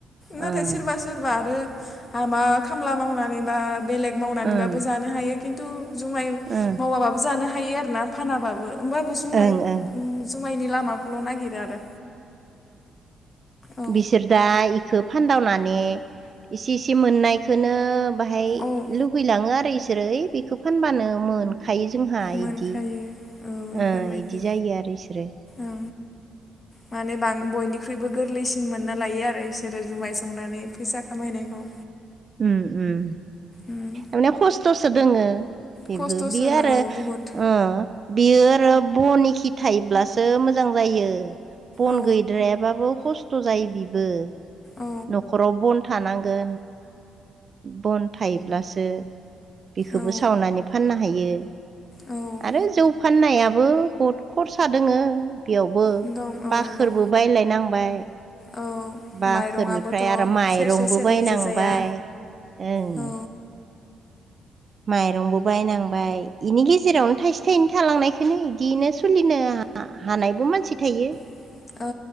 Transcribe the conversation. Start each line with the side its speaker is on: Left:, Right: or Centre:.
Left: नाथाय
Right: ओं
Left: सोरबा सोरबा आरो हाबा खामला मावनानैबा बेलेग मावनानैबाबो
Right: ओं
Left: जानो हायो। खिन्थु जुमाइ
Right: ओं
Left: मावाबाबो जानो हायो आर ना फानाबाबो होमबाबो जुमाइ
Right: ओं ओं
Left: उम जुमायनि लामाखौल' नागिरो आरो। औ
Right: बिसोर दायो फानदावनानै इसे इसे मोननायखौनो बाहाय
Left: औ
Right: लुगैलाङो आरो इसोरो बेखौ फानबानो मोन खायो जोंहा
Left: मोनखायो
Right: इदि इदि
Left: इफोरबायदि
Right: ओ जायो आरो बिसोरो।
Left: औ माने सान बयनि फखुइबो गोरलैसिन मोनना लायो आरो बिसोरो जुमाय संनानै फैसा खामायनायखौ।
Right: उम उम
Left: उम
Right: माने खस्थ'सो दोङो। बेबो
Left: खस्थ'सो
Right: बेयो
Left: नोङो
Right: आरो
Left: बहुद
Right: अ बियो आरो बनि खि थायोब्लासो मोजां मोजां जायो बन
Left: औ
Right: गैद्रायाबाबो खस्थ' जायो बिबो।
Left: औ
Right: न'खराव बन थानांगो। बन थायोब्लासो बेखौबो
Left: औ
Right: सावनानै फाननो हायो
Left: औ औ
Right: आरो जौ फाननायाबो बहुद खरसा दोङो बेयावबो
Left: दं औ
Right: बाखोरबो
Left: दं
Right: बायलायनांबाय
Left: औ
Right: बाखोरनिफ्राय
Left: माइरंआबोथ'
Right: आरो माइरंबो
Left: सेरसे सेरनैजों
Right: बायनांबाय
Left: जाया
Right: ओं
Left: औ
Right: माइरंबो बायनांबाय बेनि गेजेरावनो थाइसे थाइनै थालांनायखौनो इदिनो सोलिनो हानायबो मानसि थायो
Left: औ